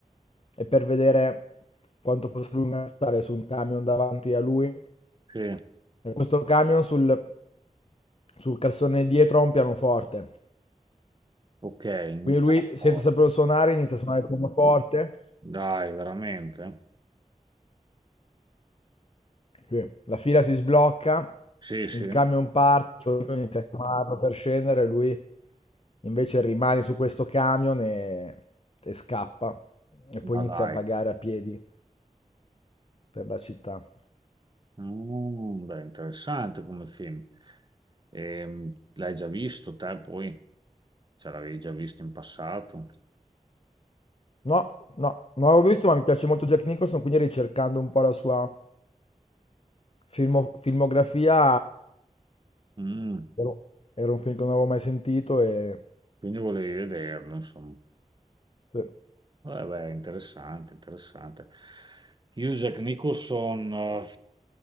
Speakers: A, on the left (about 45°); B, on the right (about 35°).
A: e per vedere quanto fosse lunga stare su un camion davanti a lui
B: sì,
A: Eh, Questo camion sul, sul cassone dietro ha un pianoforte.
B: ok, un
A: Quindi lui,
B: po'.
A: senza saperlo suonare, inizia a suonare il pianoforte.
B: dai, veramente?
A: Sì. La fila si sblocca,
B: Sì, sì,
A: il camion parte, il suo amico inizia a chiamarlo per scendere, lui invece rimane su questo camion e, e scappa. E poi
B: ma
A: inizia
B: dai.
A: a vagare a piedi per la città.
B: Mm, beh, interessante come film. Ehm, l'hai già visto te poi? Ce l'avevi già visto in passato?
A: No, no, non l'avevo visto, ma mi piace molto Jack Nicholson, quindi ricercando un po' la sua filmo- filmografia,
B: Mm,
A: ero- era un film che non avevo mai sentito e...
B: quindi volevi vederlo, insomma.
A: sì.
B: Beh, beh, interessante, interessante. Io, Jack Nicholson, eh,